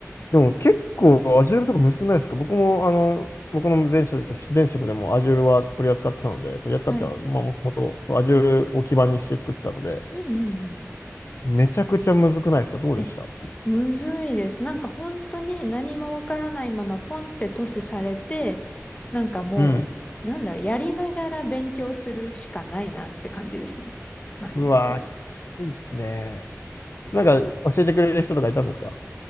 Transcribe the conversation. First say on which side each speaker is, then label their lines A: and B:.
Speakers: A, on the left; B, on the left.
A: でも結構 Azure とか難くないですか僕も、あの、僕の前職です前職でも Azure は取り扱ってたので、取り扱ってた、
B: はい。
A: まあ、もともとそう Azure を基盤にして作ってたので、
B: うんうんうん。
A: めちゃくちゃ難くないですかどうでした
B: えむずいです。なんか本当に何もわからないままポンってトスされて、なんかもう、
A: うん。
B: なんだろう、やりながら勉強するしかないなって感じですね。毎日。
A: うわー、きついっすね。なんか教えてくれる人とかいたんですか